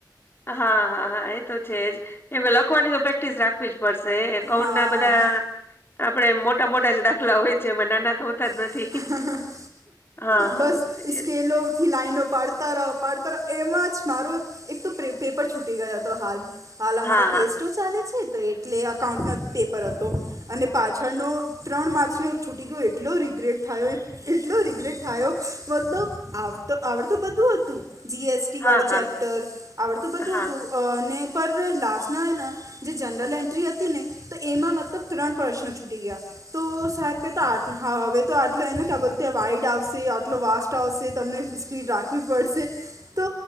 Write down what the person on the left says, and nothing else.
હા હા હા એ તો છે જ એ લખવાની તો પ્રેક્ટિસ રાખવી જ. પડશે એકાઉન્ટ
ના બધા આપડે મોટા મોટા જ દાખલા હોય છે. એમાં નાના તો હોતા જ નથી
હા હા
એ-
હા
હા
હા હા
હા